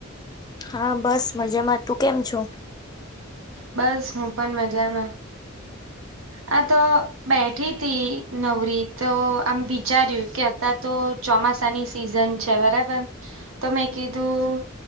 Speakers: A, on the left; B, on the right.
A: હા બસ મજામાં તું કેમ છો?
B: બસ હું પણ મજામાં. આ તો બેઠી તી નવરી તો આમ વિચાર્યું કે અત્યાર તો ચોમાસાની સિઝન છે બરાબર તો મેં કીધું